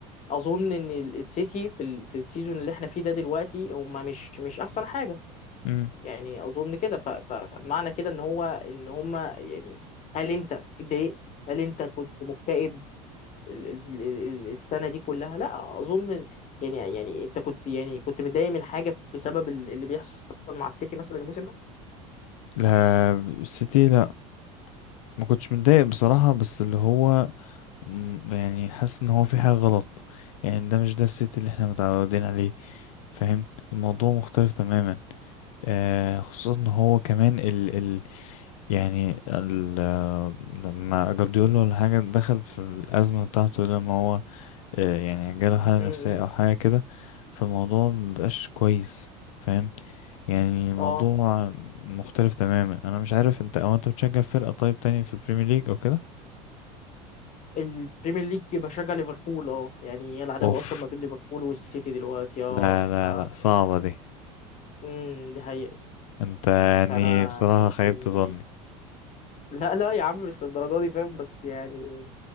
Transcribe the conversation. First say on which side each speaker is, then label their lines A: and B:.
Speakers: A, on the left; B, on the left.
A: اظن ان ال- السيتي في ال... في السيزون اللي احنا فيه ده دلوقتي هم مش مش احسن حاجه
B: امم
A: يعني اظن كده ف... فمعنى كده ان هو ان هم يعني هل انت اتضايقت؟ هل انت كنت مكتئب ال- ال- ال- السنة دي كلها لا أظن يعني يعني أنت كنت يعني كنت متضايق من حاجة بسبب ال- اللي بيحصل مع السيتي مثلا الموسم ده؟
B: لا السيتي لا ما كنتش متضايق بصراحه بس اللي هو مم، يعني حاسس ان هو في حاجه غلط يعني ده مش ده السيتي اللي احنا متعودين عليه فاهم الموضوع مختلف تماما آه خصوصا ان هو كمان ال ال يعني ال آه، لما جارديولا ولا حاجه دخل في الازمه بتاعته لما هو آه، يعني جاله حالة
A: امم
B: نفسية أو حاجة كده فالموضوع مبقاش كويس فاهم يعني الموضوع
A: اه
B: مختلف تماما أنا مش عارف أنت أو أنت بتشجع فرقة طيب تانية في البريمير ليج أو كده
A: البريمير ليج بشجع ليفربول اه يعني هي العداوة
B: أوف
A: أصلا ما بين ليفربول والسيتي دلوقتي اه
B: لا لا
A: ف
B: لا صعبة دي
A: امم دي حقيقة
B: أنت يعني
A: فأنا
B: بصراحة
A: يعني
B: خيبت ظني
A: لا لا يا عم مش للدرجة دي فاهم بس يعني